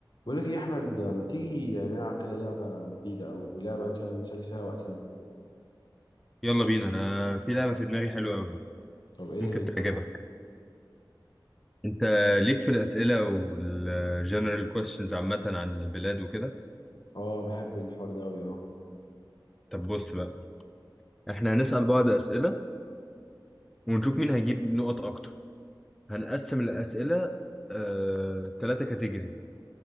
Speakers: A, on the left; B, in the centre.
A: بقول لك إيه يا احمد ما تيجي نلعب كده لعبه جديده او لعبه كده نسلي فيها وقتنا
B: يلا بينا انا في لعبه في دماغي حلوه قوي
A: طب ايه
B: ممكن
A: هي
B: تعجبك انت ليك في الاسئله والجنرال كويشنز عامه عن البلاد وكده
A: اه بحب الحوار ده قوي اه
B: طب بص بقى احنا هنسال بعض اسئله ونشوف مين هيجيب نقط اكتر هنقسم الاسئله آه... ثلاثه كاتيجوريز